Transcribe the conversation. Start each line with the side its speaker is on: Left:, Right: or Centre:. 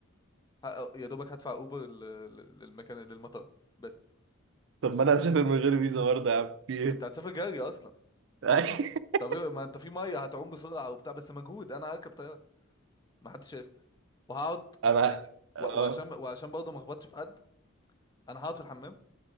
Left: ه- يا دوبك هدفع اوبر لل- لل- للمكان للمطار بس
Right: طب ما انا هسافر من غير فيزا برضه يا عم في ايه
Left: انت هتسافر جري اصلا
Right: <laughs>
Left: طب إيه- ما انت في ميه هتعوم بسرعه وبتاع بس مجهود انا هركب طياره ما حدش شايفني وهقعد
Right: انا
Left: يعني
Right: اه
Left: و- وعشان وعشان برضه ما اخبطش في حد انا هقعد في الحمام